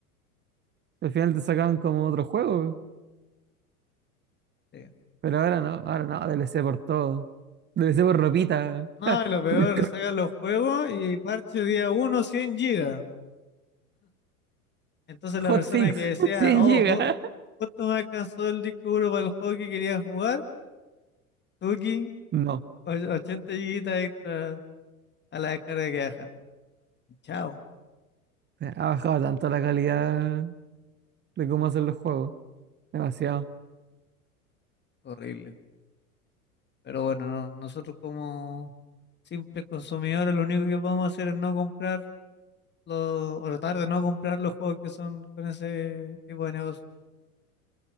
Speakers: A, on the right; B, on the left.
A: Al final te sacaban como otro juego.
B: sí.
A: Pero ahora no, ahora no, DLC por todo. DLC por ropita,
B: No, y lo peor,
A: por cro-
B: sacan los juegos y parche día uno 100 gigas. Entonces
A: hotfix,
B: la persona que decía,
A: <laughs> 100
B: oh,
A: gigas.
B: ju- justo me alcanzó el disco duro para el juego que quería jugar, Tuki,
A: No,
B: och- 80 gigas extra a la descarga que bajaste. Y Chao,
A: <laughs> sea, Ha bajado tanto la calidad de cómo hacer los juegos. Demasiado.
B: horrible. Pero bueno, no, nosotros como simples consumidores lo único que podemos hacer es no comprar los, o tratar de no comprar los juegos que son con ese tipo de negocio.